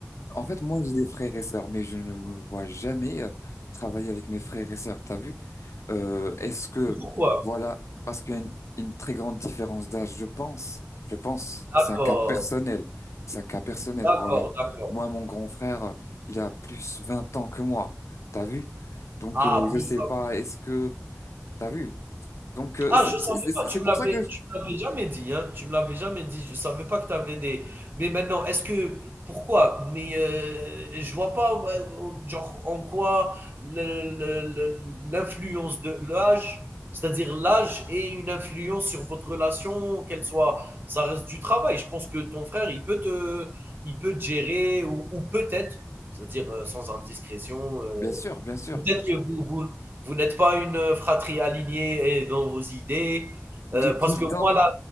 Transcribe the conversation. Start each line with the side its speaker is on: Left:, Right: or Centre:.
Left: En fait, moi j'ai des frères et sœurs, mais je ne me vois jamais euh, travailler avec mes frères et sœurs. T'as vu? Euh, est-ce que,
Right: Et pourquoi?
Left: voilà, parce qu'il y a une, une très grande différence d'âge, je pense, je pense,
Right: D'accord,
Left: c'est un cas personnel, c'est un cas personnel,
Right: d'accord,
Left: voilà.
Right: d'accord.
Left: Moi, mon grand frère, euh, il a plus 20 ans que moi, t'as vu? Donc,
Right: Ah
Left: euh, je
Right: oui,
Left: sais pas, est-ce que, t'as vu? Donc, euh,
Right: Ah,
Left: c'est
Right: je savais
Left: c'est- c'est-
Right: pas, tu
Left: c'est
Right: me
Left: pour
Right: l'avais
Left: ça que, je-
Right: tu me l'avais jamais dit, hein, tu me l'avais jamais dit. Je savais pas que tu avais des mais maintenant, est-ce que pourquoi? Mais, heu, je vois pas, ouais, au genre, en quoi le le le l'influence de l'âge, c'est-à-dire l'âge ait une influence sur votre relation, qu'elle soit ça reste du travail. Je pense que ton frère, il peut te il peut te gérer ou ou peut-être, c'est-à-dire, heu, sans indiscrétion, heu,
Left: bien sûr, bien sûr,
Right: peut-être que vous vous vous n'êtes pas une fratrie alignée et dans vos idées.
Left: depuis
Right: euh, parce
Left: le
Right: que
Left: temps,
Right: moi, là,